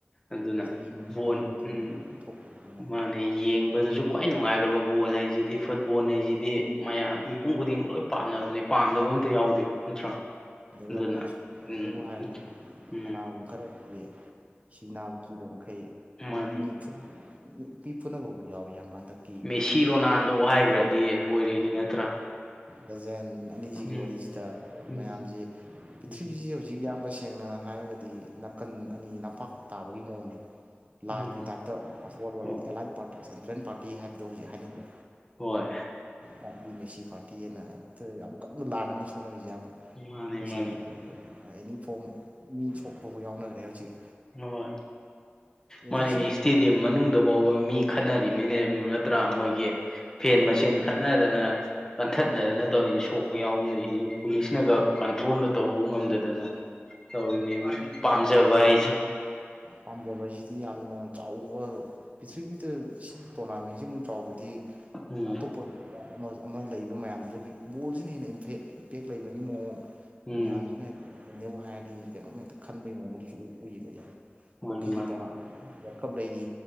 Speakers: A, on the left; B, on the right.
A: ꯑꯗꯨꯅ
B: ꯆꯍꯤ ꯃꯔꯤꯒꯤ
A: ꯕꯣꯟ
B: ꯃꯇꯨꯡꯗ
A: ꯎꯝ
B: ꯊꯣꯛꯄꯅꯤꯅ
A: ꯃꯥꯅꯦ ꯌꯦꯡꯕꯗꯁꯨ ꯈ꯭ꯋꯥꯏ ꯅꯨꯡꯉꯥꯏꯈ꯭ꯔꯕ ꯕꯣꯜ ꯍꯥꯏꯁꯤꯗꯤ ꯐꯨꯠꯕꯣꯜ ꯍꯥꯏꯁꯤꯗꯤ ꯃꯌꯥꯝ ꯃꯤꯄꯨꯝ ꯈꯨꯗꯤꯡꯃꯛ ꯂꯣꯏ ꯄꯥꯝꯅꯕꯅꯦ ꯄꯥꯝꯗꯕ ꯑꯝꯇ ꯌꯥꯎꯗꯦꯕ ꯅꯠꯇ꯭ꯔꯥ ꯑꯗꯨꯅ
B: ꯌꯥꯎꯗꯦꯕꯨ
A: ꯎꯝ
B: ꯍꯥꯏꯔꯗꯤ
A: ꯎꯝ
B: ꯀꯅꯥꯒꯨꯝꯕ ꯈꯔꯗꯤ ꯁꯤꯡ ꯅꯥꯕ ꯀꯤꯗꯕ ꯃꯈꯩ
A: ꯃꯥꯅꯤ
B: ꯃꯤ ꯃꯤ ꯄꯨꯨꯅꯕꯕꯨꯥꯎ ꯌꯥꯎꯋꯤ ꯌꯥꯝꯕ ꯍꯟꯗꯛ
A: ꯃꯦꯁꯤ ꯔꯣꯅꯥꯜꯗꯣ ꯋꯥ ꯍꯥꯏꯈ꯭ꯔꯗꯤ ꯂꯣꯏꯔꯦꯅꯤ ꯅꯠꯇ꯭ꯔꯥ
B: ꯂꯖꯦꯟ ꯑꯅꯤꯁꯤꯒꯤ
A: ꯎꯝ
B: ꯋꯥꯔꯤꯁꯤꯗ
A: ꯎꯝ
B: ꯃꯌꯥꯝꯁꯤꯁꯤ
A: ꯎꯝ
B: ꯍꯧꯖꯤꯛ ꯌꯥꯝ ꯇꯁꯦꯡꯅ ꯍꯥꯏꯔꯒꯗꯤ ꯅꯥꯀꯟ ꯑꯅꯤ ꯅꯝꯄꯥꯛ ꯇꯥꯕꯒꯤ ꯃꯑꯣꯡꯅꯤ ꯂꯥꯟꯒꯤ
A: ꯎꯝ
B: ꯇꯥꯏꯞꯇ ꯑꯦꯂꯥꯏꯠ
A: ꯍꯣꯏ
B: ꯄꯥꯔꯇ ꯑꯦꯟꯐ꯭ꯔꯦꯟ ꯄꯥꯔꯇꯤ ꯍꯥꯏꯕꯗꯣ ꯍꯧꯖꯤꯛ ꯍꯥꯏꯅꯗ꯭ꯔꯦ
A: ꯍꯣꯏ
B: ꯄꯥꯔꯇꯤ ꯁꯤ ꯄꯥꯔꯇꯤꯅ ꯑꯝꯇ ꯌꯥꯝ ꯀꯟꯅ ꯂꯥꯟꯅꯅꯤ ꯁꯣꯛꯅꯔꯤꯁꯦ ꯑꯌꯥꯝꯕ
A: ꯃꯥꯅꯤ
B: ꯁꯣꯁꯦꯜ
A: ꯃꯥꯅꯤ
B: ꯃꯦꯗꯤꯌꯥ ꯑꯦꯅꯤ ꯐꯣꯝ ꯃꯤ ꯁꯣꯛꯄꯕꯨꯥꯎ ꯌꯥꯎꯅꯈ꯭ꯔꯦ ꯍꯧꯖꯤꯛ
A: ꯍ
B: ꯑꯗ
A: ꯃꯥꯅꯤꯅꯦ
B: ꯁꯤ
A: ꯏꯁꯇꯤ ꯃꯅꯨꯡꯗ ꯐꯥꯎꯕ ꯃꯤ ꯈꯠꯅꯔꯤꯅꯤꯅꯦ ꯅꯠꯇ꯭ꯔꯥ ꯃꯣꯏꯒꯤ ꯐꯦꯟ ꯃꯆꯦꯟ
B: ꯁꯞꯄꯣꯔꯠ
A: ꯈꯠꯅꯗꯅ ꯀꯟꯊꯠꯅꯗꯅ ꯇꯧꯔꯤꯅ ꯁꯣꯛꯄ ꯌꯥꯎꯅꯔꯤꯅꯤ ꯄꯨꯂꯤꯁꯅꯒ ꯀꯟꯇ꯭ꯔꯣꯜꯒ ꯇꯧꯕ ꯉꯝꯗꯗꯅ ꯇꯧ ꯄꯥꯝꯖꯕꯥꯏꯖ
B: ꯄꯥꯖꯕꯕꯁꯤ ꯍꯥꯏꯗꯤ ꯌꯥꯝꯅ ꯆꯥꯎꯕ ꯄꯤꯔꯤꯊꯤꯕꯤꯤꯗ ꯇꯣꯔꯅꯥꯃꯦꯟꯁꯤ ꯑꯃꯨꯛ ꯆꯥꯎꯕꯗꯤ
A: ꯎꯝ
B: ꯑꯇꯣꯞꯄ ꯑꯃ ꯂꯩꯕ ꯃꯌꯥꯝꯗꯨꯗꯒꯤ ꯕꯣꯜꯁꯤꯅ ꯍꯦꯟꯅꯐꯦꯛ ꯏꯝꯄꯦꯛ ꯂꯩꯕꯒꯤ ꯃꯑꯣꯡ
A: ꯎꯝ
B: ꯃꯌꯥꯝꯁꯤꯅꯅꯦꯕꯨ ꯍꯥꯏꯔꯗꯤ ꯀꯩꯅꯣꯝ ꯍꯦꯛꯇ ꯈꯟꯕꯩ ꯃꯑꯣꯡꯗꯁꯨ ꯎꯏꯌꯦꯕ ꯌꯥꯝꯅ
A: ꯃꯥꯅꯤ
B: ꯍꯣꯛꯀꯤꯒꯤ
A: ꯃꯥꯅꯤ
B: ꯇꯣꯔꯅꯥ ꯋꯥꯔꯜ ꯀꯞ ꯂꯩꯔꯤ